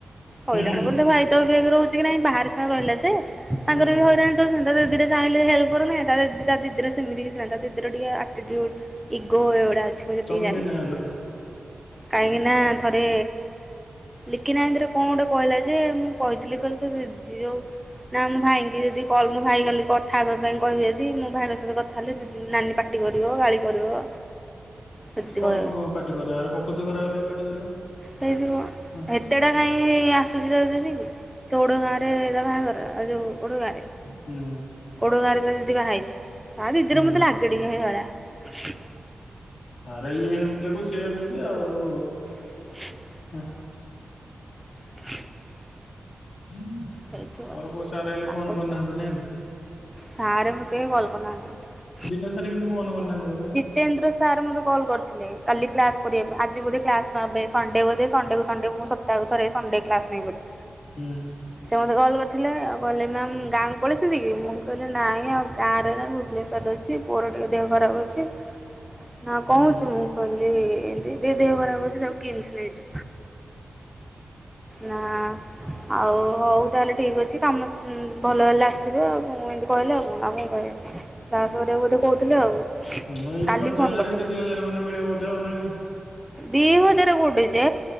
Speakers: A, in the centre; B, on the left.
A: ହଇରାଣ
B: ହୁଁ
A: ବୋଲି ତ ଭାଇ ତ ଏବେ ରହୁଛି କି ନାଇଁ ବାହାରେ ସି ରହିଲା ସେ
B: ହୁଁ
A: ତାଙ୍କର ବି ହଇରାଣ <unintelligible> ଚାହିଁଲେ ହେଲ୍ପ କରୁନା ତାର ଦି ଟା ଦିଦି ର ସେମିତି କିଛି ନାହିଁ ତା ଦିଦି ର ଟିକେ ଆଟିଚିଉଡ୍ ଇଗୋ ଏଗୁଡା ଅଛି ମୁଁ ଯେତିକି
B: ତମେ
A: ଜାନ୍ଛି।
B: କେମିତି ଜାଣିଲ?
A: କାହିଁକିନା ଥରେ ଲିକିନା ହାଥରେ କଣ ଗୋଟେ କହିଲା ଯେ ମୁଁ କହିଥିଲି କହିଲି ତୋ ଦିଦି ଯୋଉ ନା ମୋ ଭାଇଙ୍କି ଯଦି କଲ ମୋ ଭାଇ ଗଲ କଥା ହେବା ପାଇଁ କହିବୁ ଯଦି ମୋ ଭାଇଙ୍କ ସହିତ କଥା ହେଲେ ଦିଦି ନାନୀ ପାଟି ଟି କରିବ ଗାଳି କରିବ। ଏମିତି
B: କ
A: କହିବେ
B: ବ ପାଟି କର ଆର ପକୃତି ଖରାପ୍ ହେଲେ ପାଟି କରିବ।
A: ହେଇଯିବ
B: ହଁ
A: ହେତେଟା କାହିଁ ଆସୁଛି ତ ଦିଦି କି ସେ ଉଡ଼ ଗାଁ ରେ ତା ବାହାଘର ଆଉ ଯଉ ଓଡ ଗାଁ ରେ
B: ହୁଁ
A: ଓଡ ଗାଁ ରେ ତା ଦିଦି ବାହା ହେଇଛି ତା ଦିଦିର
B: ହୁଁ
A: ମତେ ଲାଗେ <unintelligible>
B: ଆରେ ଇଏ ହେମ୍ତିଆକୁ ସିଏ ଏମିତି ଆଉ
A: <inaudible>
B: ହଁ
A: <inaudible>
B: ତମର
A: ହେଇଥିବ।
B: କୋଉ ସାର ହେଲେ
A: ତାଙ୍କ
B: ଫୋନ
A: ଭିତରେ
B: କରିନାହାନ୍ତି ନାଇଁ କି?
A: ସାର୍ ଫ କେ କଲ କରି ନାହାନ୍ତି ମତେ।
B: ବିନୟ ସାରେ କିନ୍ତୁ ଫୋନ କରିନାହାନ୍ତି <unintelligible>
A: <unintelligible> ସାର୍ ମୋତେ କଲ୍ କରିଥିଲେ କାଲି କ୍ଲାସ କରିବା ପା ଆଜି ବୋଧେ କ୍ଲାସ ନେବେ ସଣ୍ଡେ ବୋଧେ ସଣ୍ଡେ କୁ ସଣ୍ଡେ ମୁଁ ସ ତାକୁ ଥରେ ଏଇ ସଣ୍ଡେ କ୍ଲାସ ନାଇଁ ବୋଧେ।
B: ହୁଁ।
A: ସେ ମୋତେ କଲ୍ କରିଥିଲେ ଆଉ କହିଲେ ମ୍ୟାମ୍ ଗାଁକୁ ପଳେଇଛନ୍ତି କି ମୁଁ କହିଲି ନାଇଁ ଆଉ ଗାଁରେ ନା ଭୁବନେଶ୍ୱରରେ ଅଛି। ପୁଅର ଟିକେ ଦେହ ଖରାପ ଅଛି ନା କଂ
B: ହୁଁ
A: ହଉଚି ମୁଁ କହିଲି ଏମତି ଟିକେ ଦେହ ଖରାପ ଅଛି ତାକୁ କିମ୍ସ ନେଇଛୁ। ନା ଆଉ ହଉ ତାହେଲେ ଠିକ ଅଛି କାମ ସ ଭଲ ହେଲେ ଆସିବେ ଆଉ କ ଏମିତି କହିଲେ ଆଉ କଣ ଆଉ କଣ କହିବେ। କ୍ଲାସ୍ କରିବାକୁ ବୋଧେ କହୁଥିଲେ ଆଉ।
B: ହଁ ଏଇଠୁ
A: କାଲି
B: ପାଞ୍ଚ
A: ଫୋନ୍
B: ହଜାର
A: କରିଥିଲା
B: ହେଠୁ ଦି ହଜାର ଖଣ୍ଡେ ମିଳିବ ବଧେ ଆଉ ନାଇ କି?
A: ଦି ହଜାର କୋଠିଯେ